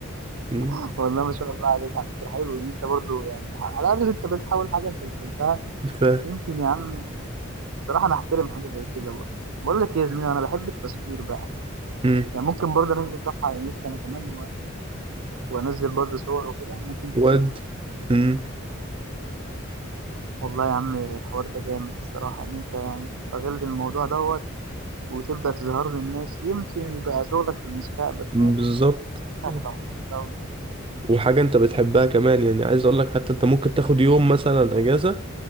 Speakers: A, on the right (about 25°); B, on the right (about 80°).
A: مم.
B: <laughs> والله ما شاء الله عليك على فكره حلو ان انت برضو يعني على الاقل انت بتحاول حاجه انت بتحبها
A: ف
B: يمكن يا عم الصراحه انا احترم حاجه زي كده برضه بقول لك إيه يا زميلي انا بحب التصوير بقى
A: مم.
B: يعني ممكن برضه انزل صفحه على انستا انا كمان و- وانزل برضه صور وكده ممكن تجيب
A: ود مم.
B: والله يا عم الحوار ده جامد الصراحه ان انت يعني تستغل الموضوع دوت وتبدا تظهر للناس يمكن يبقى شغلك في المستقبل
A: بالظبط
B: فاهم هتبقى
A: آه.
B: مبسوط أوي.
A: وحاجة انت بتحبها كمان يعني عايز اقول لك حتى انت ممكن تاخد يوم مثلا اجازة